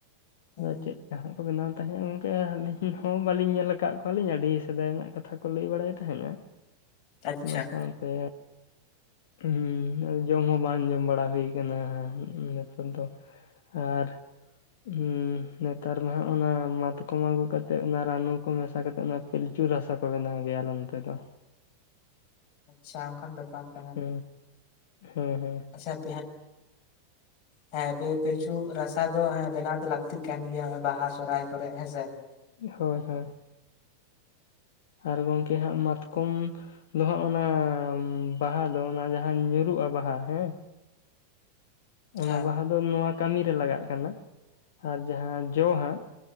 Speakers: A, on the left; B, on the left.
A: ᱦᱩᱸ
B: ᱟᱫᱚ ᱪᱮᱫ ᱞᱮᱠᱟ ᱦᱟᱸᱜ ᱠᱚ ᱵᱮᱱᱟᱣ ᱛᱟᱦᱮᱸᱫ ᱜᱚᱝᱠᱮ ᱟᱹᱞᱤᱧ ᱦᱚᱸ ᱵᱟᱹᱞᱤᱧ ᱧᱮᱞ ᱟᱠᱟᱫ ᱠᱚᱣᱟᱞᱤᱧ ᱟᱹᱰᱤ ᱥᱮᱫᱟᱭ ᱨᱮᱱᱟᱜ ᱠᱟᱛᱷᱟ ᱞᱟᱹᱭ ᱵᱟᱲᱟᱭ ᱛᱟᱦᱮᱸᱱᱟ
A: ᱟᱪᱪᱷᱟ
B: ᱚᱱᱟ ᱥᱟᱶᱛᱮ ᱦᱩᱸ ᱡᱚᱢ ᱦᱚᱸ ᱵᱟᱝ ᱡᱚᱢ ᱵᱟᱲᱟ ᱦᱩᱭ ᱠᱟᱱᱟ ᱱᱮᱛᱟᱨ ᱫᱚ ᱦᱮᱸ ᱟᱨ ᱦᱩᱸ ᱱᱮᱛᱟᱨ ᱢᱟ ᱦᱟᱜ ᱚᱱᱟ ᱢᱟᱛᱠᱚᱢ ᱟᱹᱜᱩ ᱠᱟᱛᱮᱜ ᱚᱱᱟ ᱨᱟᱱᱩ ᱠᱚ ᱢᱮᱥᱟ ᱠᱟᱛᱮᱜ ᱚᱱᱟ ᱯᱤᱞᱪᱩ ᱨᱟᱥᱟ ᱠᱚ ᱵᱮᱱᱟᱣ ᱜᱮᱭᱟ ᱟᱞᱮ ᱱᱚᱛᱮ ᱫᱚ ᱾
A: ᱟᱪᱪᱷᱟ ᱚᱱᱠᱟᱱ ᱵᱮᱯᱟᱨ ᱾
B: ᱦᱮᱸ ᱾ <inaudible> ᱦᱮᱸ ᱦᱮᱸ
A: <inaudible>
B: ᱾
A: ᱦᱮᱸ ᱫᱤᱭᱮ ᱯᱤᱞᱪᱩ ᱨᱟᱥᱟ ᱫᱚ ᱦᱮ ᱵᱮᱱᱟᱣ ᱫᱚ ᱞᱟᱠ ᱛᱤᱜ ᱠᱟᱱ ᱜᱮᱭᱟ ᱱᱚᱜᱼᱚᱭ ᱵᱟᱦᱟ ᱥᱚᱦᱨᱟᱭ ᱠᱚᱨᱮ ᱦᱮᱸ ᱥᱮ ᱾
B: ᱦᱳᱭ ᱦᱳᱭ ᱾ ᱟᱨ ᱜᱚᱢᱠᱮ ᱦᱟᱸᱜ ᱢᱟᱛᱠᱚᱢ ᱫᱚ ᱦᱟᱸᱜ ᱚᱱᱟ ᱵᱟᱦᱟ ᱫᱚ ᱚᱱᱟ ᱡᱟᱦᱟᱸ ᱧᱩᱨᱩᱜᱼᱟ ᱵᱟᱦᱟ ᱦᱮᱸ ᱚᱱᱟ
A: ᱦᱮᱸ
B: ᱵᱟᱦᱟ ᱫᱚ ᱱᱚᱣᱟ ᱠᱟᱹᱢᱤᱨᱮ ᱞᱟᱜᱟᱜ ᱠᱟᱱᱟ᱾ <inaudible> ᱟᱨ ᱡᱟᱦᱟᱸ ᱡᱚ ᱦᱟᱸᱜ